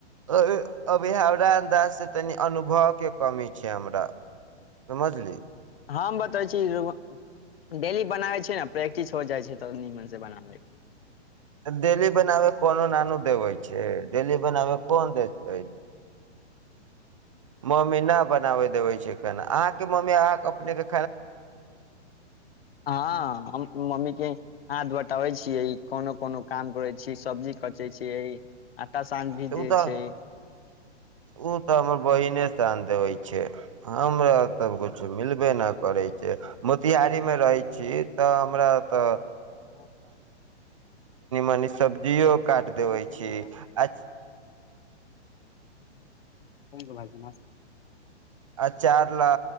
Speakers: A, on the right; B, on the left.
A: अ अभहार र <unintelligible> से तनी अनुभव के कमी छै हमरा समझली
B: हम बतबै छी राउआ डेली बनाबै छीियै ने प्रै्टि हो जाइ छै तऽ नि मनसँ बनाबैके
A: डेली बनाबे कोनो नानू देवे छै डेली बनाबे कोन देते मम्मी न बनाबे देवे छै केना आ मम्मी आ अपनेके
B: हँ हम मम्मी के हाथ बटाबै छियै कोनो कोनो काम करै छीयै सब्जी कचे छीियै आ आटा शान भी
A: तऽ ओ
B: दै
A: तऽ
B: छै
A: ओ तऽ हमर बहिने शान दे होइ छै हमरा तछ किछु मिलबे नहि करै छै मोतिहारीमे रहै छी तऽ हमरा ओतऽ
B: <inaudible> बी
A: मनी
B: तऽ
A: सब्जियो काट देबै
B: कम
A: छी अच
B: ल ने
A: आ चार ला